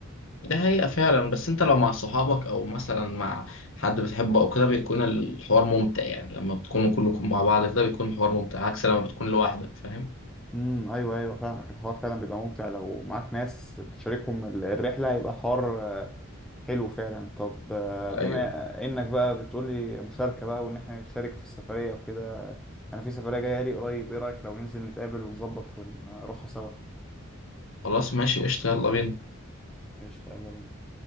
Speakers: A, on the left; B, in the centre.
A: ده حقيقة فعلا بس انت لو مع صحابك او مثلا مع حد بتحبه او كده بيكون الحوار ممتع يعني لما بتكونوا كلكم مع بعض كده بيكون الحوار ممتع عكس لما بتكون لوحدك فاهم
B: امم ايوه ايوه فاهمك الحوار فعلا بيبقى ممتع لو معاك ناس تشاركهم ال- الرحله هيبقى الحوار آه، حلو فعلا طب آه،
A: ايوه
B: بما انك بقى بتقولي مشاركه بقى وان احنا نتشارك في السفريه وكده انا في سفريه جايه لي قريب ايه رايك لو ننزل نتقابل ونظبط ونروحها سوا
A: خلاص ماشي قشطة يلا بينا
B: قشطه يلا بينا